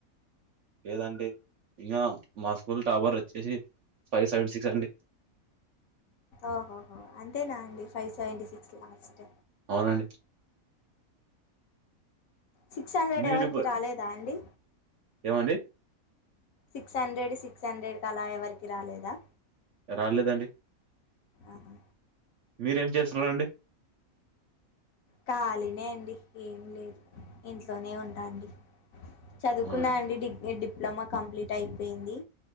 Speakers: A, on the right; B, on the left.
A: లేదండి ఇంకా మా స్కూల్ టావర్ వచ్చేసి ఫైవ్ సెవెన్ సిక్స్ అండి
B: ఓహోహో అంతేనా అండి ఫైవ్ సెవెంటీ సిక్స్ లాస్ట్
A: అవునండి
B: సిక్స్ హండ్రెడ్
A: మీరు
B: ఎవరికి
A: ఇప్పు
B: రాలేదా అండి
A: ఏమండి?
B: సిక్స్ హండ్రెడ్ సిక్స్ హండ్రెడ్ క అలా ఎవరికి రాలేదా
A: రాలలేదండి
B: ఆహా
A: మీరేం చేస్తున్నండి
B: కాళీ అండి ఏం లేదు ఇంట్లోనే ఉంటాండి చదువుకున్నా
A: అవునండి.
B: అండి డిగ్రీ డిప్లొమా కంప్లీట్ అయిపోయింది